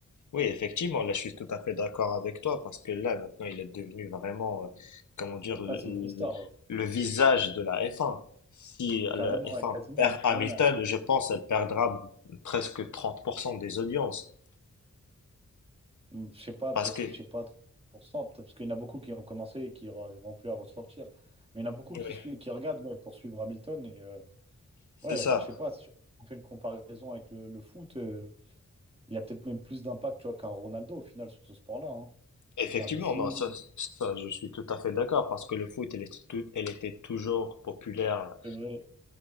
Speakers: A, on the left (about 75°); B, on the right (about 20°).
A: Oui, effectivement, là je suis tout à fait d'accord avec toi parce que là maintenant il est devenu vraiment, euh, comment dire, le,
B: Ah, c'est
A: le-
B: une vraie star. ouais.
A: le visage de la F1. Si la
B: Carrément,
A: F1
B: ouais, quasiment.
A: perd Hamilton,
B: Ouais, non.
A: je pense elle perdra presque 30% des audiences
B: Hum, Je sais pas,
A: parce
B: peut-être,
A: que,
B: je sais pas, trente pour cent peut-être parce qu'il y en a beaucoup qui ont commencé et qui n'arriveront plus à ressortir. Mais il y en a beaucoup qui,
A: oui,
B: suivent, qui regardent ouais, pour suivre Hamilton. Et, euh,
A: c'est
B: Ouais,
A: ça.
B: enfin, je sais pas, si on fait une comparaison avec le, le foot, euh, il y a peut-être même plus d'impact, tu vois, qu'un Ronaldo au final sur ce sport-là, hein.
A: Effectivement,
B: ou qu'un Messi.
A: non, ça, ça je suis tout à fait d'accord parce que le foot elle était, tout- elle était toujours populaire
B: C'est vrai.